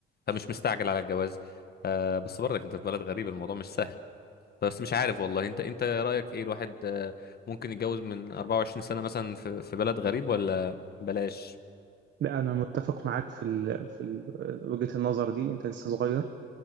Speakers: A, on the left; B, on the right.
A: فمش مستعجل على الجواز آه بس برضك انت في بلد غريب الموضوع مش سهل بس مش عارف والله انت انت رأيك ايه الواحد آه ممكن يتجوز من 24 سنة مثلا في في بلد غريب ولا بلاش
B: لا أنا متفق معاك في ال... في ال... وجهة النظر دي أنت لسه صغير